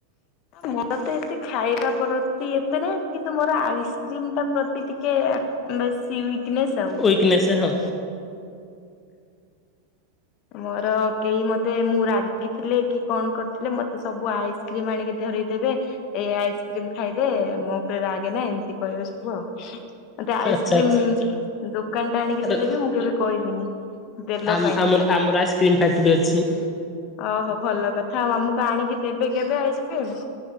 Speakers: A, on the left (about 40°); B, on the left (about 25°).
A: ମୋର ତ ଏତେ ଖାଇବା ପ୍ରତି ଏତେ ନାଇ କିନ୍ତୁ ମୋର ଆଇସ୍କ୍ରିମ ଟା ପ୍ରତି ଟିକେ ବେଶୀ ୱିକନେସ୍ ଆଉ।
B: ୱିକନେସ୍ ହଁ
A: ମୋର କେହି ମତେ ମୁଁ ରାଗିଥିଲେ କି କଣ କରିଥିଲେ ମତେ ସବୁ ଆଇସ କ୍ରିମ ଆଣିକି ଧରେଇଦେବେ ଏ ଆଇସ୍କ୍ରିମ ଖାଇଦେ ମୋ ଉପରେ ରାଗେନା ଏମତି କହିବେ ସବୁ ଆଉ ମତେ ଆଇସ୍କ୍ରିମ
B: ଆଚ୍ଛା ଆଚ୍ଛା।
A: ଦୋକାନ ଟା ଆଣିକି
B: ଆରେ
A: ଦେଲେ ବି ମୁଁ କେବେ କହିବିନି ଦେଲ
B: ଆମ
A: କାଇଁ।
B: ଆମର ଆମର ଆଇସ୍କ୍ରିମ୍ ଫ୍ୟାକ୍ଟ୍ରି ଅଛି।
A: ଓହୋ ଭଲ କଥା ଆଉ ଆମକୁ ଆଣିକି ଦେବେ କେବେ ଆଇସ୍କ୍ରିମ୍?